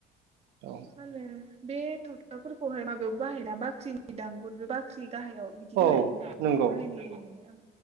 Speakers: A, on the right; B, on the right.
A: औ
B: मा होनो बे थक्टाफोरखौहाय माबायाव बाहायना बाख्रिनि दांगुर बे बाख्रि गाहायाव बिदि होननाय
A: औ
B: बेबो
A: नंगौ
B: बाहायनाय जायो नालाय